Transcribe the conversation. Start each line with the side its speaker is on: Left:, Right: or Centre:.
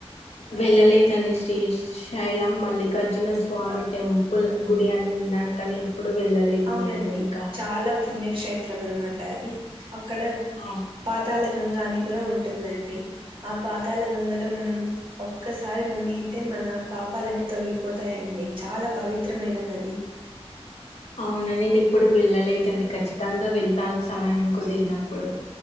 Left: వెళ్ళలేదండి శ్రీ శైలం మల్లికార్జున స్వామి టెంపుల్ గుడి అని విన్ న్నాను కని ఎప్పుడు వెళ్ళలేదు
Right: అవునండి
Left: నేను ఇంకా
Right: చాలా పుణ్యక్షేత్రం అనమాట అది అక్కడ
Left: అవ్
Right: పాతాల గంగాని కూడా ఉంటుందండి ఆ పాతాల గంగలో మనం ఒక్కసారి మునిగితే మన పాపాలన్నీ తొలగిపోతాయండి చాలా పవిత్రమైన నది
Left: అవున నేను ఏప్పుడు వెళ్ళలేదండి ఖచ్చితంగా వెళ్తాను సమయం కుదిరినప్పుడు